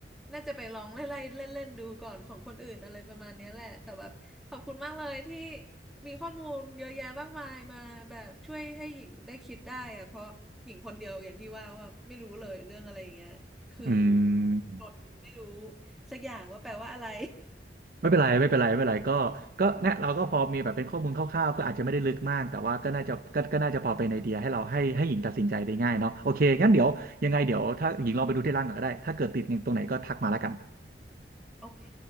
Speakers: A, in the centre; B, on the right.
A: น่าจะไปลองไล่ๆเล่นๆดูก่อนของคนอื่นอะไรประมาณเนี้ยแหละแต่แบบขอบคุณมากเลยที่มีข้อมูลเยอะแยะมากมายมาแบบช่วยให้หญิงได้คิดได้อะเพราะหญิงคนเดียวอย่างที่ว่าว่าไม่รู้เลยเรื่องอะไรอย่างเงี้ยคือ
B: อืม
A: คนไม่รู้สักอย่างว่าแปลว่าอะไร
B: ไม่เป็นไรไม่เป็นไรไม่เป็นไรก็ก็เนี่ยเราก็พอมีแบบเป็นข้อมูลคร่าวๆก็อาจจะไม่ได้ลึกมากแต่ว่าก็น่าจะก็ก็น่าจะพอเป็นไอเดียให้เราให้ให้หญิงตัดสินใจได้ง่ายเนาะโอเคงั้นเดี๋ยวยังไงเดี๋ยวถ้าหญิงลองไปดูที่ร้านก่อนก็ได้ถ้าเกิดติดหนึ่งตรงไหนก็ทักมาแล้วกัน
A: <laughs> โอเค